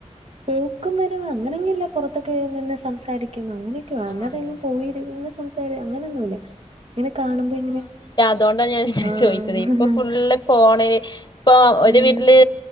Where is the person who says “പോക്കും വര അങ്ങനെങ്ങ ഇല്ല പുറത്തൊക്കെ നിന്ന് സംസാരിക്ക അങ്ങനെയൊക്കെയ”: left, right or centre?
Right